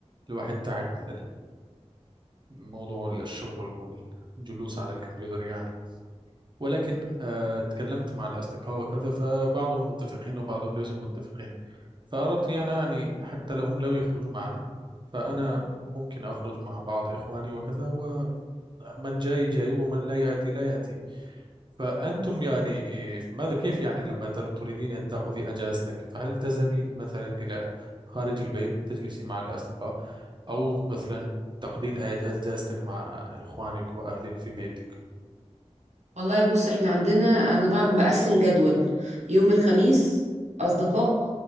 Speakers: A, on the right (about 45°); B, on the right (about 85°).
A: الواحد تعب من الموضوع الشغل والجلوس على الكمبيوتر يعني ولكن آه، اتكلمت مع الأصدقاء وكذا فبعضهم متفقين وبعضهم ليسوا متفقين فأردت يعني يعني حتى لو هم لم يخرجوا معنا فأنا ممكن أخرج مع بعض إخواني وكذا ومن جاي جاي ومن لا يأتي لا يأتي فأنتم يعني ماذا كيف يعني لما تر- تريدين أن تأخذي أجازتك فهل تذهبين مثلا إلى خارج البيت تجلسي مع الأصدقاء أو مثلا تقضين أج- أجازتك مع إخوانك وأهلك في بيتك
B: والله بص احنا عندنا انا بقى مقسم جدول يوم الخميس اصدقاء